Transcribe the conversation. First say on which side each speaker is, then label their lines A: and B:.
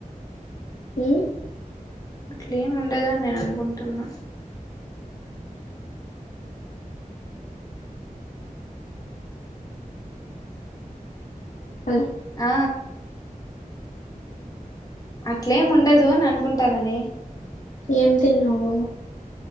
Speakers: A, on the left; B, on the left.
A: ఊ
B: అట్లేమ్ ఉండదని నేన్ అనుకుంటున్నా
A: హలో
B: ఆ అట్లేం ఉండదు అని అనుకుంటాననే
A: ఏమ్ తిన్నావు